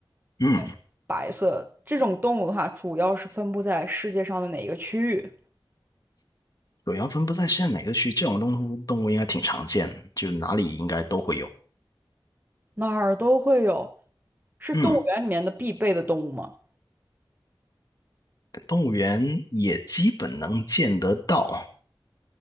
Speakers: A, on the left (about 45°); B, on the right (about 25°).
A: 嗯，
B: 偏白色。这种动物的话，主要是分布在世界上的哪一个区域？
A: 主要分布在现在哪个区？这种动物动物应该挺常见的，就哪里应该都会有。
B: 哪儿都会有，是动物园里面的必备的动物吗？
A: 嗯，动物园也基本能见得到。